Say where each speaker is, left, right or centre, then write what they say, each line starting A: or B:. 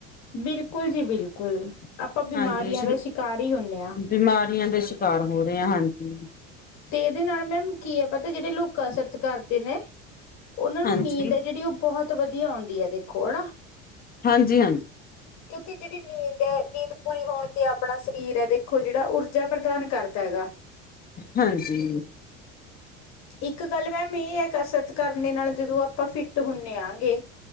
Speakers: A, on the left; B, on the left.
A: ਬਿਲਕੁੱਲ ਜੀ ਬਿਲਕੁੱਲ। ਆਪਾਂ ਬਿਮਾਰੀਆਂ
B: ਹਾਂਜੀ ਸ਼ਰੀ
A: ਦਾ ਸ਼ਿਕਾਰ ਈ ਹੁੰਨੇ ਆ।
B: ਬਿਮਾਰੀਆਂ ਦੇ ਸ਼ਿਕਾਰ ਹੋ ਰਹੇ ਆ, ਹਾਂਜੀ।
A: ਤੇ ਇਹਦੇ ਨਾਲ ਮੈਮ ਕੀ ਐ। ਪਤਾ ਜਿਹੜੇ ਲੋਕ ਕਸਰਤ ਕਰਦੇ ਨੇ ਉਹਨਾਂ ਨੂੰ
B: ਹਾਂਜੀ
A: ਨੀਂਦ ਐ ਜਿਹੜੀ, ਉਹ ਬਹੁਤ ਵਧੀਆ ਆਉਂਦੀ ਐ, ਦੇਖੋ ਹਨਾ।
B: ਹਾਂਜੀ-ਹਾਂਜੀ।
A: <inaudible> ਕਿਉਂਕਿ, ਜਿਹੜੀ ਨੀਂਦ ਐ। ਨੀਂਦ ਪੂਰੀ ਹੋਣ ਤੇ ਆਪਣਾ ਸਰੀਰ ਐ। ਦੇਖੋ ਜਿਹੜਾ, ਊਰਜਾ ਪ੍ਰਦਾਨ ਕਰਦਾ ਹੈਗਾ।
B: ਹਾਂਜੀ।
A: ਇੱਕ ਗੱਲ ਮੈਮ ਇਹ ਐ। ਕਸਰਤ ਕਰਨ ਦੇ ਨਾਲ ਜਦੋਂ ਆਪਾਂ ਫਿੱਟ ਹੁੰਦੇ ਆਗੇ